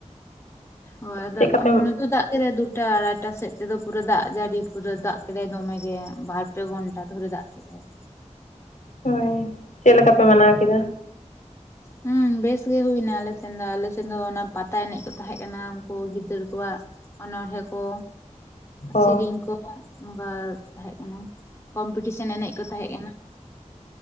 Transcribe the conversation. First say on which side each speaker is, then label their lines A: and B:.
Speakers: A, on the left (about 20°); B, on the left (about 80°).
A: ᱦᱳᱭ ᱟᱫᱚ,
B: ᱪᱮᱫᱠᱟ
A: ᱟᱢ
B: ᱯᱮ
A: ᱵᱩᱨᱩ ᱫᱟᱜ <unintelligible> ᱠᱮᱫᱟᱭ, ᱫᱩᱴᱟ, ᱟᱲᱟᱭᱴᱟ ᱥᱮᱫ ᱛᱮᱫᱚ, ᱯᱩᱨᱟᱹ ᱫᱟᱜ ᱡᱟᱹᱲᱤ, ᱯᱩᱨᱟᱹ ᱫᱟᱜ ᱠᱮᱫᱟᱭ ᱫᱚᱢᱮ ᱾ ᱵᱟᱨ ᱯᱮ ᱜᱷᱚᱱᱴᱟ ᱫᱷᱚᱨᱮ, ᱫᱟᱜ ᱠᱮᱫ ᱠᱮᱫ <unintelligible>
B: ᱦᱳᱭ! ᱪᱮᱫ ᱞᱮᱠᱟ ᱯᱮ, ᱢᱟᱱᱟᱣ ᱠᱮᱫᱟ?
A: ᱦᱩᱸᱻ, ᱵᱮᱥ ᱜᱮ ᱦᱩᱭ ᱮᱱᱟ, ᱟᱞᱮ ᱥᱮᱫ ᱫᱚ, ᱟᱞᱮ ᱥᱮᱫ ᱫᱚ, ᱚᱱᱟ ᱯᱟᱛᱟ ᱮᱱᱮᱡ ᱠᱚ, ᱛᱟᱦᱮᱸ ᱠᱟᱱᱟ, ᱩᱱᱠᱩ ᱜᱤᱫᱽᱨᱟᱹ ᱠᱚᱣᱟᱜ ᱚᱱᱚᱬᱦᱮ ᱠᱚ
B: ᱚ
A: ᱥᱮᱨᱮᱧ ᱠᱚ, <inaudible> ᱚᱱᱠᱟ ᱛᱟᱦᱮᱸ ᱠᱟᱱᱟ, ᱠᱚᱢᱯᱤᱴᱤᱥᱮᱱ ᱮᱱᱮᱡ ᱠᱚ, ᱛᱟᱦᱮᱸ ᱠᱟᱱᱟ ᱾